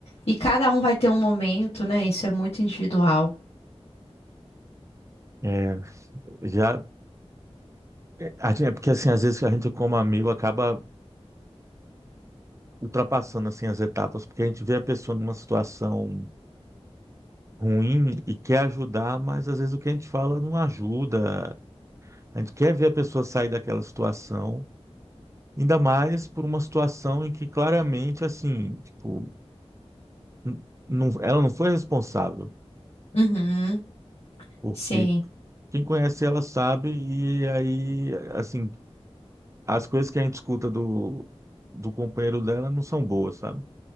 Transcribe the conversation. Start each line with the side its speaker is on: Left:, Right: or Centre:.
Left: e cada um vai ter um momento, né? Isso é muito individual.
Right: É, já, é, a gente- é porque assim, às vezes a gente como amigo acaba ultrapassando assim as etapas, porque a gente vê a pessoa numa situação ruim e quer ajudar, mas às vezes o que a gente fala não ajuda. A gente quer ver a pessoa sair daquela situação Ainda mais por uma situação em que claramente, assim, tipo, n- não, ela não foi responsável,
Left: Uhum,
Right: porque
Left: sim.
Right: quem conhece ela sabe, e aí, assim, as coisas que a gente escuta do, do companheiro dela não são boas, sabe?